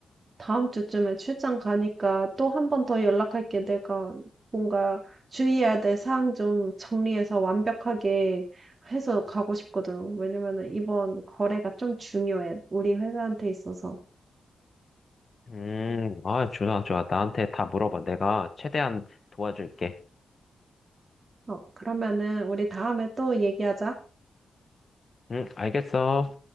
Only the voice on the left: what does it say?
음, 아, 좋아, 좋아. 나한테 다 물어봐. 내가 최대한 도와줄게.
응, 알겠어.